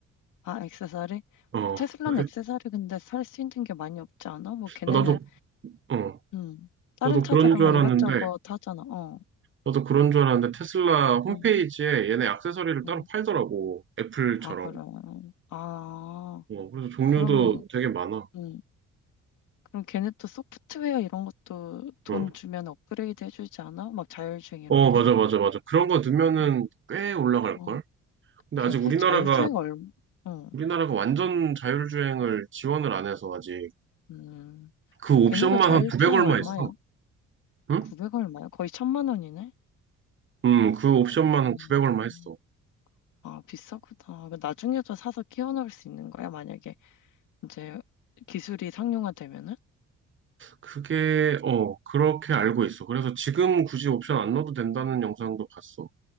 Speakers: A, on the left; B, on the right.
A: 아, 액세서리?
B: 어,
A: 어, 테슬라는
B: 그래?
A: 액세서리 근데 살 수 있는 게 많이 없지 않아? 뭐, 걔네는
B: 아, 나도, 어,
A: 음. 다른
B: 나도
A: 카드를
B: 그런 줄
A: 막
B: 알았는데,
A: 이것저것 하잖아. 어,
B: 나도 그런 줄 알았는데, 테슬라 홈페이지에
A: 응,
B: 얘네 액세서리를
A: 어.
B: 따로 팔더라고. 애플처럼.
A: 아, 그래. 아,
B: 어, 그래서 종류도
A: 그러면,
B: 되게 많아.
A: 음. 그럼 걔네 또 소프트웨어 이런 것도 돈
B: 어,
A: 주면 업그레이드 해주지 않아? 막 자율주행 이런
B: 어,
A: 거?
B: 맞아, 맞아, 맞아. 그런 거 넣으면은
A: 음.
B: 꽤 올라갈걸?
A: 어,
B: 근데
A: 걔네
B: 아직 우리나라가,
A: 자율주행 얼, 어,
B: 우리나라가 완전 자율주행을 지원을 안 해서 아직
A: 음.
B: 그 옵션만
A: 걔네가 자율주행
B: 한 900 얼마
A: 얼마야?
B: 있어. 응?
A: 900 얼마야? 거의 천만 원이네?
B: 음, 그 옵션만 한
A: 음.
B: 900 얼마 했어.
A: 아, 비싸구나. 그 나중에도 사서 끼워 넣을 수 있는 거야? 만약에 이제 기술이 상용화되면은?
B: 그게, 어, 그렇게 알고 있어. 그래서 지금 굳이 옵션 안 넣어도 된다는 영상도 봤어.